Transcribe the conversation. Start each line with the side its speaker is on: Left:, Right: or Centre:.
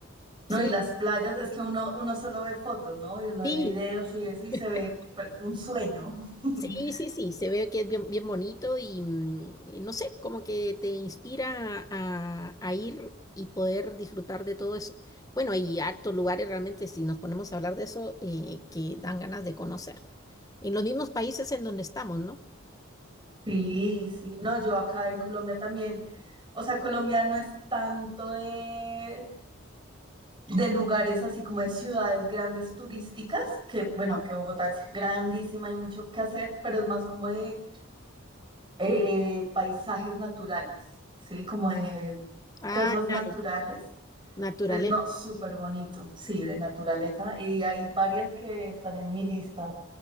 Right: No,
Left: Sí,
Right: y las playas, es que uno, uno solo ve fotos, ¿no? Y uno
Left: sí,
Right: ve videos y eso y
Left: <laughs>
Right: se ve per- un sueño. <laughs>
Left: sí, sí, sí, se ve que es bien, bien bonito y, mm, y no sé, como que te inspira a, a ir y poder disfrutar de todo eso. Bueno, hay hartos lugares realmente, si nos ponemos a hablar de eso, eh, que dan ganas de conocer. En los mismos países en donde estamos, ¿no?
Right: Sí, sí, no, yo acá en Colombia también, o sea, Colombia no es tanto de, de lugares así como de ciudades grandes turísticas, que bueno,
Left: Ah,
Right: que Bogotá es grandísima, hay mucho que hacer, pero es más como de eh, eh, paisajes naturales, ¿sí? Como de
Left: Ah,
Right: cosas
Left: claro.
Right: naturales
Left: Naturaleza.
Right: Entonces, no, súper bonito, sí, de naturaleza. Y hay varias que están en mi lista